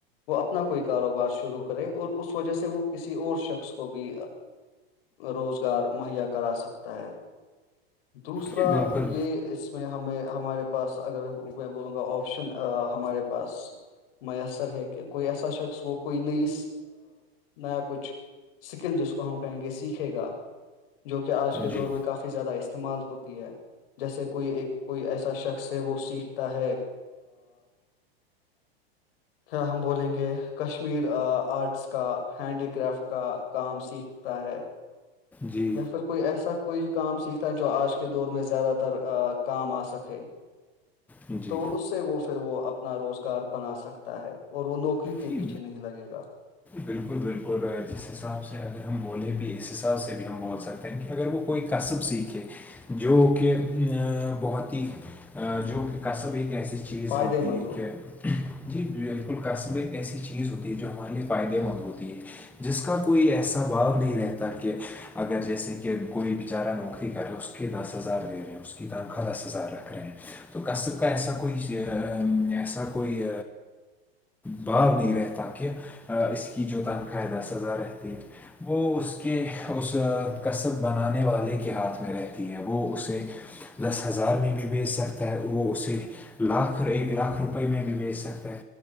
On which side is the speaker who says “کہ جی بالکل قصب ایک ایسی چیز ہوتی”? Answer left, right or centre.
Centre